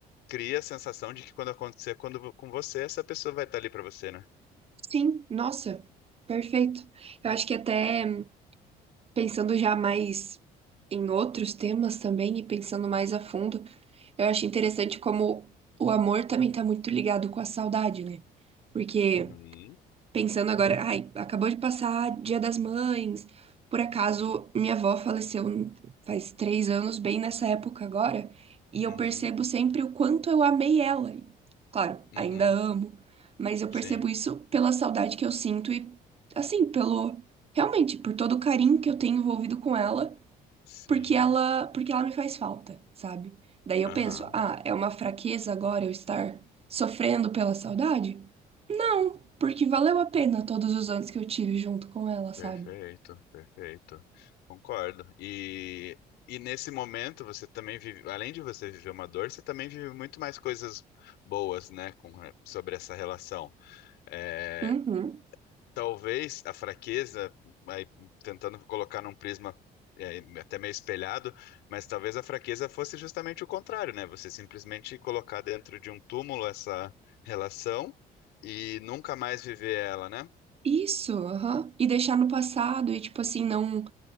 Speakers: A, on the left; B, on the right.
A: cria a sensação de que quando acontecer quando, com você, essa pessoa vai estar ali para você, né?
B: sim, nossa, perfeito. Eu acho que até hum, pensando já mais em outros temas também e pensando mais a fundo, eu acho interessante como o amor também tá muito ligado com a saudade, né? Porque
A: Uhum,
B: pensando agora, ai, acabou de passar Dia das Mães. Por acaso, minha avó faleceu faz três anos, bem nessa época agora, e eu
A: uhum,
B: percebo sempre o quanto eu amei ela. E, Claro,
A: uhum,
B: ainda amo, mas eu
A: sim,
B: percebo isso pela saudade que eu sinto e, assim, pelo, realmente, por todo o carinho que eu tenho envolvido com ela
A: sim,
B: porque ela, porque ela me faz falta, sabe? Daí
A: aham.
B: eu penso, ah, é uma fraqueza agora eu estar sofrendo pela saudade? Não, porque valeu a pena todos os anos que eu tive junto com ela, sabe?
A: Perfeito, perfeito. Concordo. E, e nesse momento você também vive, além de você viver uma dor, você também vive muito mais coisas boas, né, com, sobre essa relação. É,
B: Uhum.
A: talvez a fraqueza, aí, tentando colocar num prisma é, até meio espelhado, mas talvez a fraqueza fosse justamente o contrário, né? Você simplesmente colocar dentro de um túmulo essa relação e nunca mais viver ela, né?
B: Isso, aham. E deixar no passado e, tipo assim, não